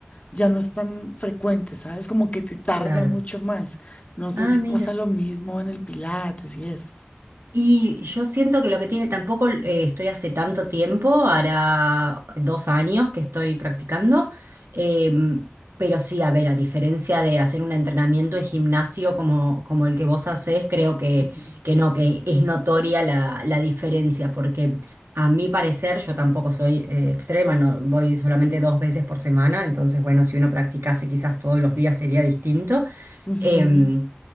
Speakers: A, on the left; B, on the right.
A: ya no es tan frecuente, ¿sabes? Como que te tarda
B: Claro.
A: mucho más. No sé
B: Ah,
A: si
B: mira.
A: pasa lo mismo en el Pilates y eso.
B: Y yo siento que lo que tiene, tampoco eh, estoy hace tanto tiempo, hará dos años que estoy practicando, em, pero sí, a ver, a diferencia de hacer un entrenamiento en gimnasio como, como el que vos hacés, creo que,
A: Ujú,
B: que no, que es notoria la, la diferencia, porque a mi parecer yo tampoco soy eh, extrema, no, voy solamente dos veces por semana, entonces bueno, si uno practicase quizás todos los días sería distinto.
A: ujú,
B: Em,